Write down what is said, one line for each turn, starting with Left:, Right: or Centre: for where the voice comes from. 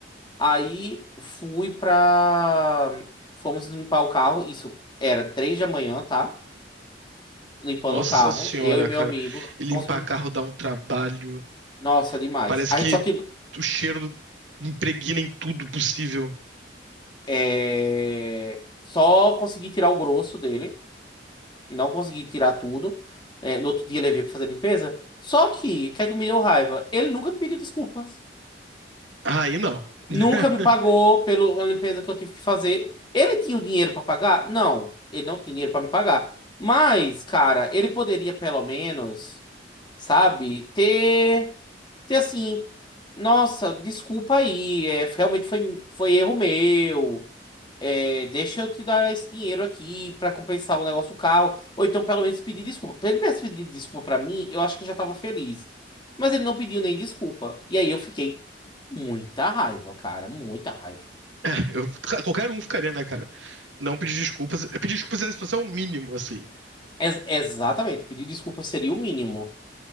Left: Aí fui pra. Fomos limpar o carro. Isso era três da manhã, tá? Limpando
Right: Nossa
Left: o carro.
Right: senhora,
Left: Eu e meu
Right: cara.
Left: amigo
Right: E limpar
Left: conseguimos.
Right: carro dá um trabalho.
Left: Nossa, demais.
Right: Parece
Left: A
Right: que
Left: gente só tirou.
Right: o cheiro impregna em tudo possível.
Left: é, Só consegui tirar o grosso dele. Não consegui tirar tudo. É, no outro dia levei pra fazer limpeza. Só que, o que é que me deu raiva? Ele nunca me pediu desculpa.
Right: Aí não. <laughs>
Left: Nunca me pagou pela limpeza que eu tive que fazer. Ele tinha o dinheiro para pagar? Não, ele não tinha dinheiro para me pagar. Mas, cara, ele poderia pelo menos, sabe, ter, ter assim, nossa, desculpa aí, é, realmente foi, foi erro meu. É, deixa eu te dar esse dinheiro aqui para compensar o negócio do carro. Ou então, pelo menos, pedir desculpa. Pra Ele tivesse pedido desculpa para mim, eu acho que eu já tava feliz. Mas ele não pediu nem desculpa. E aí eu fiquei Muita raiva, cara, muita raiva.
Right: É, eu- qualquer um ficaria, né, cara? Não pedir desculpas. É, Pedir desculpas é a situação mínimo, assim.
Left: Ex- exatamente, pedir desculpa seria o mínimo.